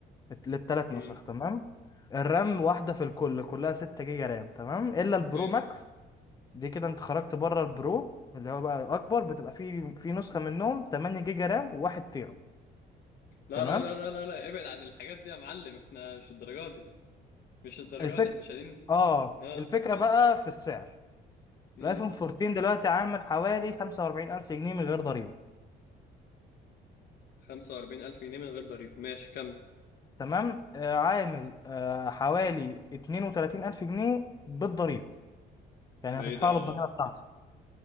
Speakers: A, on the left (about 20°); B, on the left (about 60°).
A: للثلاث
B: مم.
A: نسخ تمام الرام واحدة في الكل كلها 6 جيجا رام تمام إلا البرو
B: اوكي
A: ماكس دي كده أنت خرجت بره البرو اللي هو بقى الأكبر بتبقى في في نسخة منهم 8 جيجا رام و1 تيرا
B: لا
A: تمام
B: لا لا لا لا لا ابعد عن الحاجات دي يا معلم احنا مش الدرجة دي مش الدرجة
A: الفكرة
B: دي احنا شادين
A: آه
B: اه
A: الفكرة بقى في السعر
B: امم
A: الآيفون 14 دلوقتي عامل حوالي 45 ألف جنيه من غير ضريبة
B: خمسة وأربعين ألف جنيه من غير ضريبة ماشي كم
A: تمام آه عامل آه حوالي 32 ألف جنيه بالضريبة يعني
B: ده
A: هتدفع
B: ايه ده هو
A: له الضريبة بتاعته